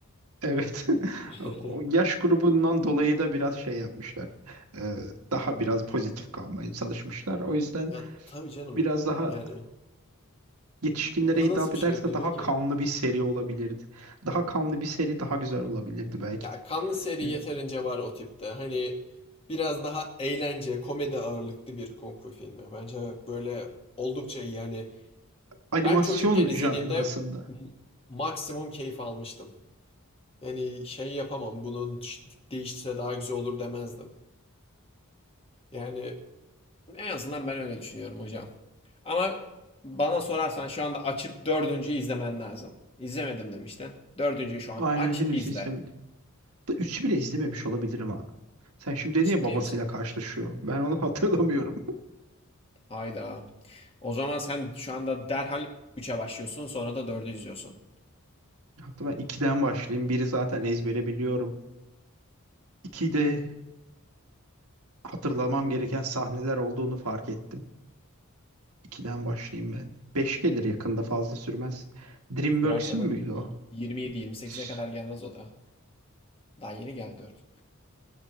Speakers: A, on the right; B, on the left.
A: Evet. <laughs>
B: <laughs>
A: O yaş grubundan dolayı da biraz şey yapmışlar. Ee, daha biraz pozitif kalmaya çalışmışlar. O yüzden
B: Ya tabii canım.
A: biraz daha
B: Yani
A: yetişkinlere
B: n-
A: hitap
B: nasıl bir
A: ederse
B: şey bekleyebilir
A: daha
B: ki?
A: kanlı bir seri olabilirdi. Daha kanlı bir seri daha güzel olabilirdi belki
B: Ya
A: de.
B: kanlı seri
A: Ne
B: yeterince
A: bileyim,
B: var o tipte. Hani biraz daha eğlence, komedi ağırlıklı bir kung fu filmi. Bence böyle oldukça iyi. Yani
A: animasyon
B: ben çocukken izlediğimde
A: janrasında.
B: m- maksimum keyif almıştım. Yani şey yapamam, bunun düş- daha güzel olur demezdim. Yani en azından ben öyle düşünüyorum hocam. Ama bana sorarsan şu anda açıp dördüncüyü izlemen lazım. İzlemedim demiştin. Dördüncüyü şu an
A: Aynen
B: aç
A: henüz
B: izle.
A: izlemedim. Da üçü bile izlememiş olabilirim ha. Sen şimdi dedin
B: Ciddi
A: ya babasıyla
B: misin?
A: karşılaşıyor. Ben onu <laughs> hatırlamıyorum.
B: Hayda. O zaman sen şu anda derhal üçe başlıyorsun sonra da dördü izliyorsun.
A: Hatta ben ikiden başlayayım. Biri zaten ezbere biliyorum. 2'de hatırlamam gereken sahneler olduğunu fark ettim. 2'den başlayayım ben. 5 gelir yakında fazla sürmez. DreamWorks'ün
B: Sürer canım.
A: müydü
B: Y-
A: o?
B: 27-28'e
A: Üf,
B: kadar gelmez o da. Daha yeni geldi 4.